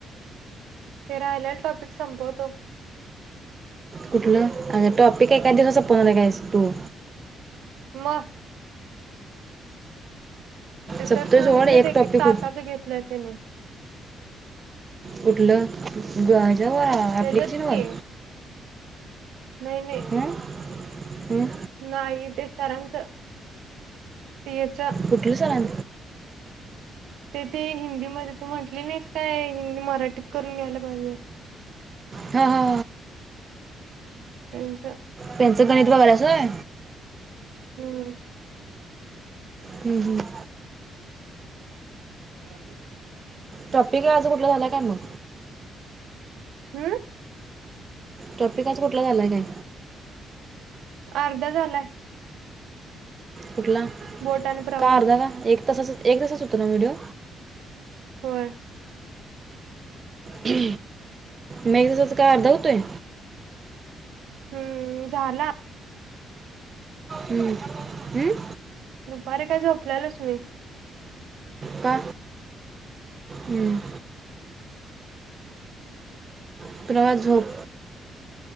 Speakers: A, on the right; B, on the right.
A: ते राहिलेल टॉपिक संपवतो.
B: कुठला अ टॉपिक एका दिवसाचा संपवणार हाइस तू.
A: म. ते
B: सप्तोय
A: सर सांगितलेत
B: सोड
A: एक-
B: टॉपिक
A: एक तासाच घेतलंय त्यानी
B: कुठलं? गाजावा
A: त्याचच
B: ऍप्लिकेशन वर
A: की नाही नाही
B: ह्म्म्म हम्म
A: नाही ते सरांचं, यचं
B: कुठल सरां
A: ते ते हिंदीमध्ये तू म्हटली नाहीस काय हिंदी मराठीत करून घ्यायला पाहिजे.
B: हा हा
A: त्यांच
B: त्यांचं गणित बघाल्यास होय
A: हू
B: हम् हम्
A: हा..
B: टॉपिकला आज कुठल झाला काय मग?
A: हम्म
B: टॉपिक आज कुठला झाला नाही.
A: अर्धा झालाय.
B: कुठला
A: बोट आणि प्रवाहाचा
B: का अर्धा का एक तासाच एक तासाच होत ना व्हिडिओ
A: होय
B: हू मग एक तासाच काय अर्धा हूतोय.
A: हम्म झाला
B: हम्म.. हम्म
A: दुपारी काय झोपलेलच नाही.
B: का हम् आपल्याला झोप